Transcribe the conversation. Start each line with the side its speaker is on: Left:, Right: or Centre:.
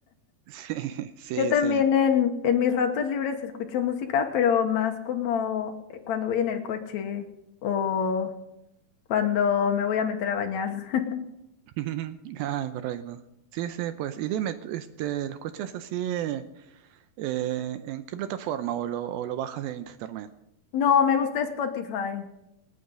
Right: Sí, sí,
Left: Yo también
Right: sí.
Left: en, en mis ratos libres escucho música, pero más como eh, cuando voy en el coche o cuando me voy a meter a bañar. <laughs>
Right: <laughs> Ah, correcto. Sí, sí, pues. Y dime, tú, este, ¿lo escuchas así eh, eh, en qué plataforma o lo, o lo bajas de internet?
Left: No, me gusta Spotify.